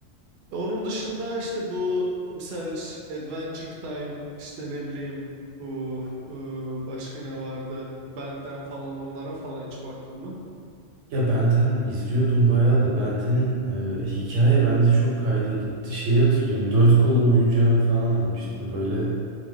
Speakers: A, on the right; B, on the right.
A: onun dışında işte bu misal ş- Adventure Time işte ne bileyim bu e, başka ne vardı? Benden falan onlara falan hiç baktın mı?
B: Ya Ben 10 izliyordum bayağı da Ben 10'in e, hikaye bende çok kayda gitti. Şeyi hatırlıyorum. Dört kolun oyuncağını falan almıştım böyle.